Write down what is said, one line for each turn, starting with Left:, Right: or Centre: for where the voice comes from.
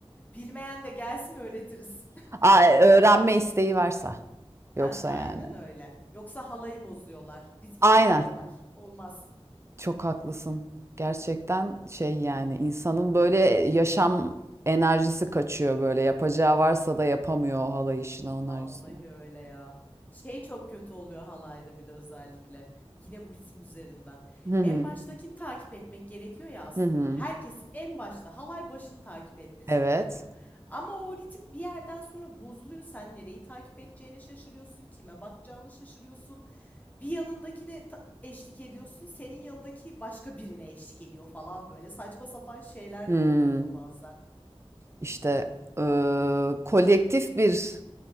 Left: Bilmeyen de gelsin öğretiriz.
Right: <laughs> Aa, e, öğrenme isteği varsa.
Left: <laughs>
Right: Yoksa
Left: Heh, aynen
Right: yani.
Left: öyle. Yoksa halayı bozuyorlar, ritmi
Right: Aynen.
Left: kaçırıyorlar. Olmaz.
Right: Çok haklısın. Gerçekten şey yani insanın böyle yaşam enerjisi kaçıyor böyle. Yapacağı varsa da yapamıyor o halay işini onlar
Left: Vallahi
Right: yüzünden.
Left: öyle ya. Şey çok kötü oluyor halayda bir de özellikle. Yine bu ritim üzerinden.
Right: Hı hı.
Left: En baştakini takip etmek gerekiyor ya aslında.
Right: Hı hı.
Left: Herkesin en başta halay başını takip etmesi
Right: Evet.
Left: gerekiyor. Ama o ritim bir yerden sonra bozuluyor. Sen nereyi takip edeceğini şaşırıyorsun. Kime bakacağını şaşırıyorsun. Bir yanındakine ta- eşlik ediyorsun. Senin yanındaki başka birine eşlik ediyor falan böyle. Saçma sapan şeyler
Right: Hmm.
Left: de olabiliyor bazen.
Right: İşte eee, kolektif bir